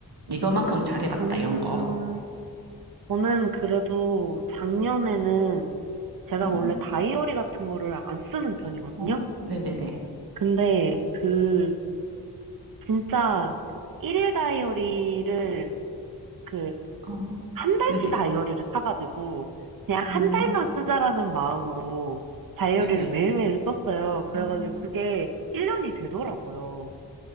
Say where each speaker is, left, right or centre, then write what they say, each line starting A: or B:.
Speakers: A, on the right (about 70°); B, on the right (about 60°).
A: 이거만큼은 잘해봤다
B: 저는,
A: 이런 거.
B: 저는 그래도 작년에는 제가
A: 음.
B: 원래 다이어리 같은 거를 안 쓰는 편이거든요.
A: 어? 네네네.
B: 근데 그 진짜 일일 다이어리를 그
A: 어,
B: 한 달치
A: 네네.
B: 다이어리를 사가지고 그냥 한
A: 어,
B: 달만 쓰자라는 마음으로 다이어리를
A: 네네.
B: 매일매일 썼어요. 그래가지고
A: 어.
B: 그게 1년이 되더라고요.